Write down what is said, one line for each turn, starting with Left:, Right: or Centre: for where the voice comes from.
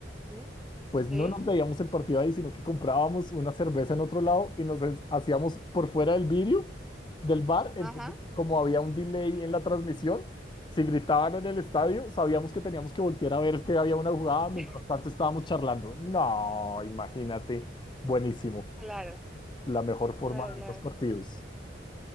Centre: ¿Sí?
Left: pues
Centre: ¿Sí?
Left: no nos veíamos el partido ahí, sino que comprábamos una cerveza en otro lado y nos es- hacíamos por fuera del vidrio del bar. Entonces,
Centre: Ajá.
Left: como había un delay en la transmisión, si gritaban en el estadio, sabíamos que teníamos que voltear a ver que había una jugada, mientras
Centre: <laughs>
Left: tanto estábamos charlando. No, imagínate, buenísimo.
Centre: Claro,
Left: La mejor forma
Centre: claro, claro.
Left: de los partidos.